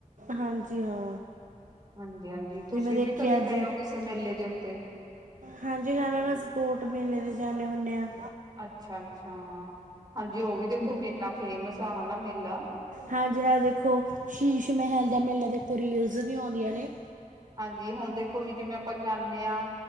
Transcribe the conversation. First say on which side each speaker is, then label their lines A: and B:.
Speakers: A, on the right; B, on the right.
A: ਹਾਂਜੀ ਹਾਂ
B: ਹਾਂਜੀ ਹਾਂਜੀ ਤੁਸੀਂ
A: ਜਿਵੇਂ ਦੇਖਿਆ
B: ਵੀ ਕਦੇ
A: ਅੱਜ
B: ਗਏ ਹੋ ਕਿਸੇ ਮੇਲੇ ਦੇ ਉੱਤੇ
A: ਹਾਂਜੀ ਹਾਂ ਮੈਮ ਅਸੀਂ ਕੋੋਟ ਮੇਲੇ ਦੇ ਜਾਂਦੇ ਹੁੰਦੇ ਹਾਂ।
B: ਅੱਛਾ ਅੱਛਾ, ਹਾਂਜੀ ਉਹ ਵੀ ਦੇ ਬੁ ਇੰਨਾ ਫੇਮਸ ਆ ਹਨਾ ਮੇਲਾ
A: ਹਾਂਜੀ ਹਾਂ ਦੇਖੋ ਸ਼ੀਸ਼ ਮਹਿਲ ਦਾ ਮੇਲੇ ਦੇਖੋ ਰੀਲਸ ਵੀ ਆਉਂਦੀਆਂ ਨੇ
B: ਹਾਂਜੀ ਹੁਣ ਦੇਖੋ ਵੀ ਜਿਵੇਂ ਆਪਾਂ ਜਾਂਨੇ ਆ,